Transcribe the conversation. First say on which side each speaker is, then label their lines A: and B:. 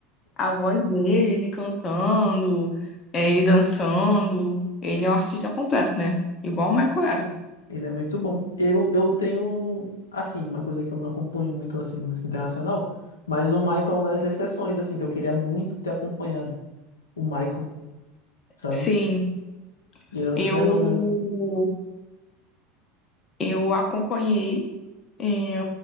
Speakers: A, on the left; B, on the left.
A: A voz dele, ele cantando, é, ele dançando. Ele é um artista completo, né? Igual o Michael era.
B: Ele é muito bom. Eu, eu tenho, assim, uma coisa que eu não acompanho muito, assim, música internacional. Mas o Michael é uma das exceções, assim, que eu queria muito ter acompanhado. O Michael, sabe?
A: Sim,
B: Ele era um
A: eu
B: fenômeno.
A: Eu acompanhei é,